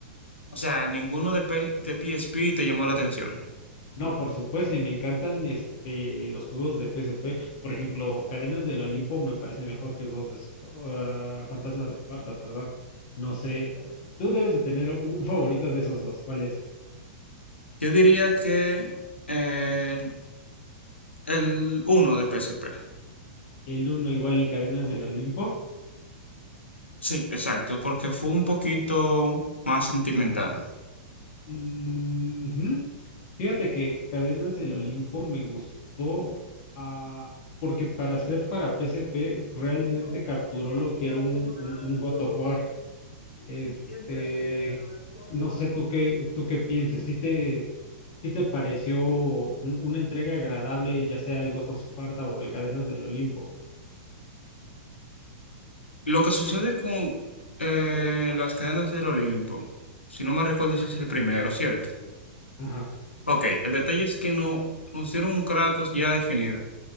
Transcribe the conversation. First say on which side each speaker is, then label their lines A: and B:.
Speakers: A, on the left (about 85°); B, on the left (about 45°).
A: o sea, ninguno de, P- de PSP te llamó la atención.
B: No, por supuesto, y me encantan este los juegos de P S P. Por ejemplo, Cadenas del Olimpo me parece mejor que Ghost de Esp- ah, Fantasma de Esparta, perdón. No sé, tú debes de tener un, un favorito de esos dos. ¿Cuál es?
A: Yo diría que eh, el, uno de PSP.
B: ¿El uno igual el Cadenas del Olimpo?
A: Sí, exacto, porque fue un poquito más sentimental.
B: Mm, Ujú. Fíjate que Cadenas del Olimpo me gustó ah, porque para ser para P S P realmente
A: y yo te
B: capturó lo que
A: adorado
B: era un, un, un God of War. Este,
A: y siempre esperando
B: no
A: tu
B: sé
A: amor.
B: tú qué, tú qué pienses, si te, si te pareció un- una entrega agradable, ya sea el Ghost of Sparta o el Cadenas del Olimpo.
A: Lo que sucede con eh, las cadenas del Olimpo, si no me recuerdo, ese es el primero, ¿cierto?
B: Ajá.
A: Ok, el detalle es que no nos dieron un Kratos ya definido.